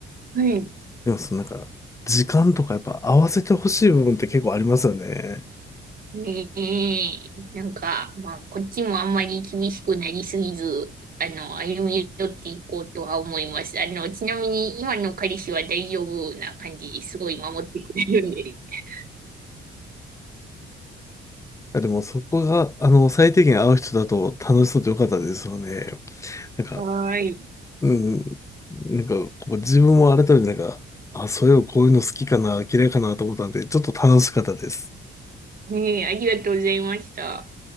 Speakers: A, on the right; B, on the left.
A: はい。
B: でもそのなんか、時間とかやっぱ合わせてほしい部分って結構ありますよね。
A: ねえ、なんか、まあ、こっちもあんまり厳しくなりすぎず、あの、歩み寄っていこうとは思います。あの、ちなみに今の彼氏は大丈夫な感じですごい守ってくれるんで。<laughs>
B: あでもそこが、あの、最低限合う人だと楽しそうでよかったですよね。なんか、
A: はーい。
B: うん、なんか、こう自分も改めてなんか、あ、そういえばこういうの好きかな、嫌いかなと思ったんで、ちょっと楽しかったです。
A: ねえ、ありがとうございました。